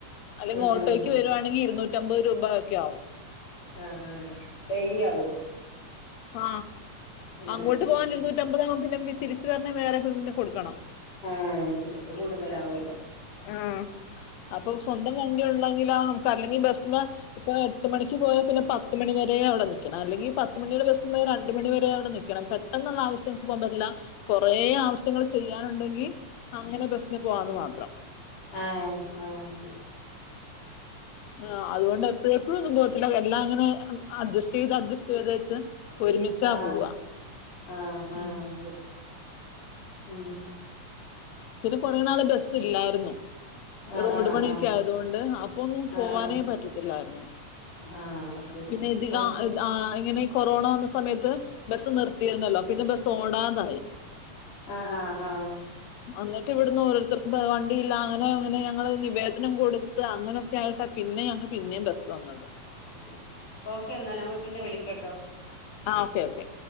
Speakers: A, on the left (about 85°); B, on the left (about 65°).
A: അല്ലെങ്കി
B: ഉം
A: ഓട്ടോയ്ക്ക് വരുവാണെങ്കിൽ ഇരുന്നൂറ്റമ്പത് രു രൂപക്കെ ആവും
B: ആ ഡൈയ്ലി ആവോ
A: ആ
B: ആഹ്
A: അങ്ങോട്ട് പോവാൻ
B: ശരി
A: ഇരുന്നൂറ്റമ്പതാകും പിന്നെ തിരിച്ചു വരണേ വേറെ പിന്നെ കൊടുക്കണം
B: ആഹ് ശരി അപ്പൊ കൂടുതലാവല്ലോ
A: ആ അപ്പൊ സ്വന്തം വണ്ടിയുള്ള അല്ലെങ്കി ബസിന് ഇപ്പ എട്ട് മണിക്ക് പോയാ പിന്നെ പത്ത് മണി വരെ അവിടെ നിക്കണം അല്ലെങ്ക ത്തിനുള്ളില് രണ്ട് മണി വരെ അവിടെ നിക്കണം പെട്ടെന്നുള്ള ആവശ്യങ്ങക്ക് പോകാൻ പറ്റില്ല കൊറേ ആവശ്യങ്ങൾ ചെയ്യാനുണ്ടെങ്കിൽ അങ്ങനെ ബസ്സിന് പോവാന്ന് മാത്രം
B: ആ ആ ശരി
A: ആ അതുകൊണ്ട് എപ്പഴു എപ്പഴുവൊന്നും പോത്തില്ല എല്ലാം ഇങ്ങനെ അഡ്ജസ്റ്റ് ചെയ്ത് അഡ്ജസ്റ്റ് ചെയ്ത് വെച്ച് ഒരുമിച്ചാ
B: ആഹ്
A: പോവാ
B: ആഹ് ആഹ്
A: ഉം
B: ശരി ഉം
A: പിന്നെ കുറേ നാള് ബസ്സില്ലാരുന്നു
B: ആഹ്
A: റോഡ്
B: ആഹ്
A: പണിയൊക്കെ ആയതുകൊണ്ട് അപ്പൊ ഒന്നും പോവാനേ
B: ആഹ്
A: പറ്റത്തില്ലായിരുന്നു
B: ആഹ് ആഹ് ശരി
A: പിന്നെ ഇതി
B: അപ്പം
A: താ ഇത് ഇങ്ങനെ കൊറോണ വന്ന സമയത്ത് ബസ് നിർത്തിയിരുന്നല്ലോ പിന്നെ ബസോടാതായി
B: ആഹാ ആം
A: എന്നിട്ട് ഇവിടുന്ന് ഓരോരുത്തർ വണ്ടില്ല അങ്ങനെ അങ്ങനെ ഞങ്ങള് നിവേദനം കൊടുത്ത് അങ്ങനെയൊക്കെ ആയിട്ടാ പിന്നെ ഞങ്ങക്ക് പിന്നേം ബസ്സ് വന്നത്
B: ഉം ഓക്കെ എന്നാല് നമ്മള് പിന്നെ വിളിക്കാട്ടോ
A: ആ ഓക്കെ ഓക്കെ